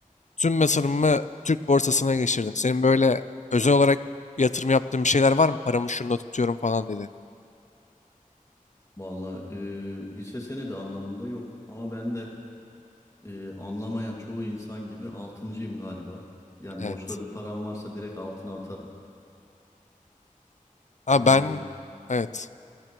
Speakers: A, on the left; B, on the left.
A: tüm yatırımımı Türk borsasına geçirdim. Senin böyle özel olarak yatırım yaptığın bir şeyler var mı? Paramı şunda tutuyorum falan dedi.
B: Vallahi e, hisse senedi anlamında yok ama ben de e, anlamayan çoğu insan gibi altıncıyım galiba. Yani
A: Evet.
B: boşta bir param varsa direkt altına atarım.
A: Ha
B: E,
A: ben evet.